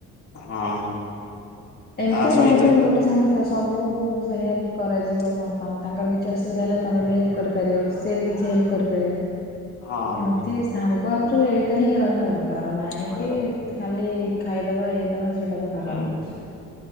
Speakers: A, on the left; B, on the left.
A: ହଁ।
B: ଏମତି
A: ତା ସହିତ
B: ଲାଇଫ ଲଙ୍ଗ ଗୋଟେ ସାଙ୍ଗ <unintelligible> ସବୁ ସେ ହେଲ୍ପ କରାଯିବ କଣ ତମ ତାଙ୍କର କିଛି ଅସୁବିଧା ହେଲେ ତମେ ବି ହେଲ୍ପ କରିପାରିବ ସିଏ ବି କିଛି ହେଲ୍ପ କରିପାରିବେ।
A: ହଁ ହଁ
B: ଏମତି ସାଙ୍ଗ ଆକଚୁଆଲି ଏଇଟା ହିଁ ରହିବା ଦରକାର ନାଇଁ
A: ରହିବା
B: କି
A: ଦରକାର
B: ଖାଲି ଖାଇଦବା ଇଏଦବା ସେଇଟା ତ ଭଲ
A: ହୁଁ
B: ନୁହଁ।